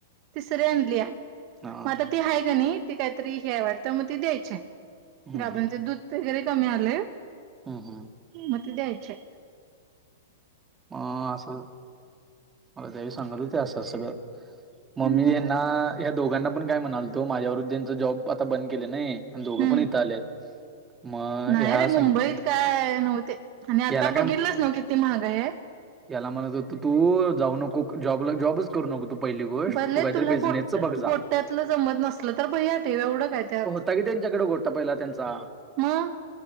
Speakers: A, on the right; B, on the right.
A: तिसरी आणलीया.
B: हा
A: म आता ती हाय का नाही काहीतरी हे वाटतं. मग ती द्यायचेय.
B: हम्म
A: गाभंचं
B: हम्म
A: दूध वगैरे कमी आलंय.
B: हम्म हम्म
A: म ती द्यायचेय.
B: म असं म. ला त्यावी सांगत होते असं सगळं. म
A: हम्म
B: मी यांना. या दोघांना पण काय म्हणालतो. माझ्याबर जांचा जॉब आता बंद केले नाही. आण दोघं
A: हम्म
B: पण इथ आलेत. मग
A: नाही
B: ह्या
A: रे मुंबईत
B: सांग
A: काय नव्हते. आणि आता
B: याला
A: बघितलंच नव किती महागाई ते.
B: त्याला म्हणत होत तू जाऊ नको जॉबला. जॉबच करू नको तू. पहिली गोष्ट
A: भले
B: तू काहीतरी
A: तुला
B: बिझनेसच
A: गो
B: बघ जा
A: गोट्यातलं जमत नसल. तर भैया ठेव एवढं काय त्यात.
B: ता की त्यांच्याकडे गोटा पहिला त्यांचा.
A: म.